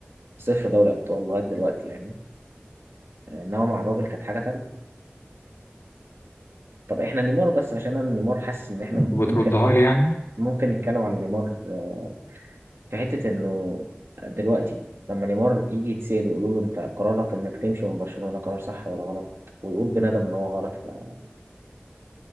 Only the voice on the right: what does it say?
صفر دوري أبطال لغاية دلوقتي يعني آه، إنما مع الراجل كانت حاجة تانية طب إحنا نيمار بس عشان أنا نيمار حاسس إن إحنا
ممكن
ممكن نتكلم عن نيمار آه، في حتة إنه دلوقتي لما نيمار يجي يتسأل ويقولوا له أنت قرارك إنك تمشي من برشلونة قرار صح ولا غلط ويقول بندم إن هو غلط ف-